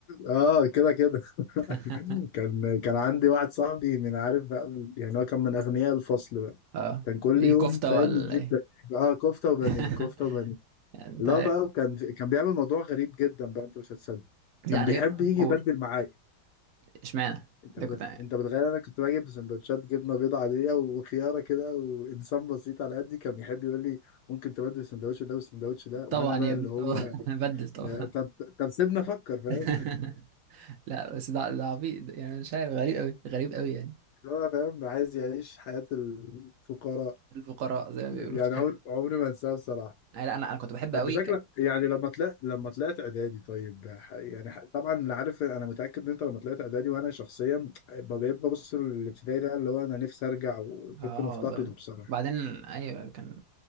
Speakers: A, on the left; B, on the right.
A: أه كده كده <laughs>
B: <laughs>
A: كان كان عندي واحد صاحبي من عارف بقى يعني هو كان من أغنياء الفصل
B: اه
A: كان كل
B: دي
A: يوم
B: كفته
A: فاهم
B: ولا
A: يجيب
B: ايه
A: اه كفته وبانيه
B: <laughs>
A: كفته وبانيه
B: انت
A: لا بقى كان كان بيعمل موضوع غريب جدا بقى انت مش هتصدق
B: لا
A: كان
B: انا
A: بيحب
B: يق-
A: يجي
B: قول
A: يبدل معايا
B: اشمعنى
A: انت
B: ده
A: بت...
B: كنت
A: انت بتخيل انا كنت باجي بسندوتشات جبنه بيضه عاديه وخياره كده وانسان بسيط على قدي كان يحب يقول لي ممكن تبدل السندوتش ده والسندوتش ده وانا
B: طبعا
A: بقى
B: يا
A: اللي
B: ابني
A: هو
B: طبعا <laughs> بدل طبعا
A: ده- طب طب سيبنا افكر فاهم
B: <laughs> لا بس ده ده عبيط يعني مش عارف غريب قوي غريب قوي يعني
A: اللي هو فاهم عايز يعيش حياه الفقراء
B: الفقراء زي ما بيقولوا
A: يعني
B: <laughs>
A: عمر... عمري ما انساها بصراحه
B: أي لا انا انا كنت بحب
A: طب
B: قوي
A: بشكل
B: كان
A: يعني لما طلعت لما طلعت اعدادي طيب ح- يعني ح- طبعا اللي عارف انا متاكد ان انت لما طلعت اعدادي وانا شخصيا ب- بقيت ببص للابتدائي ده اللي هو انا نفسي ارجع وكنت
B: اه
A: مفتقده
B: والله
A: بصراحه
B: بعدين ايوه كان